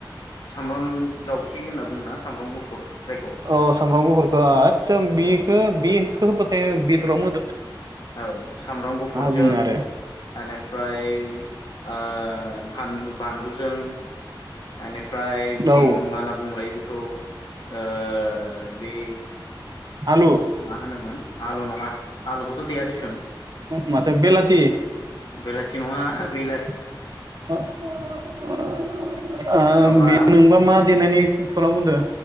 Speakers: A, on the left; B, on the right.
A: सामब्राम दाउखि होनना बुङोना सामब्राम गुफुर। जायखौ
B: औ सामब्राम गुफुरखौ आतसा बिखौ
A: औ
B: बि <unintelligible> बेदराव मो
A: औ सामब्राम गुफुरजों
B: बुंनो आरो
A: एनिफ्राय ओ फानलु बानलुजों ओनि फ्राय बिथिं
B: ओ औ
A: मा होनना बुंलाय बि खौ ओ बे
B: आलु
A: मा हानो मोन। आलु नङा। आलुखौथ' देया दिसुन
B: माथ' बेलाथि।
A: बेलाटि नङा बेला
B: <unintelligible>
A: माबा
B: नोंबा मा देनायनि खुरां बुंदों